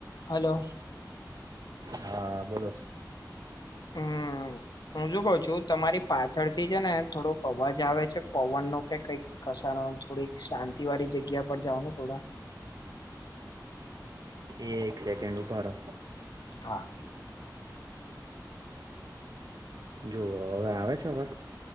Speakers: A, on the left; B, on the right.
A: Hello.
B: હા બોલો.
A: હમ્મ હુ છું કઉ છુ. તમારી પાછળથી છે ને થોડોક અવાજ આવે છે પવન નો કે કંઈક કસાનો થોડીક સા થી વાળી જગ્યા પર જાઓ ને થોડા.
B: એક સેકન્ડ ઉભારો.
A: હા.
B: જો હવે આવે છે અવાજ.